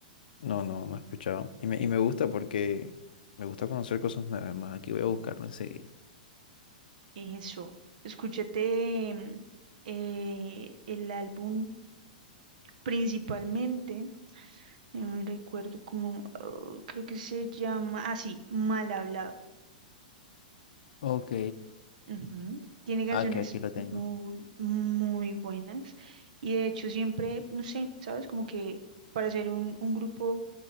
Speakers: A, on the left; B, on the right.
A: No, no, no he escuchado. Y me, y me gusta porque me gusta conocer cosas nuevas. Más aquí voy a buscarlo enseguida.
B: Eso, escúchate mm, eh, el álbum. principalmente, eh, me recuerdo como, oh, creo que se llama así, Mal Hablado.
A: Ok.
B: Ujú. Tiene canciones
A: Ah, que aquí lo tengo.
B: muy, muy buenas y de hecho siempre, no sé, ¿sabes? Como que para ser un, un grupo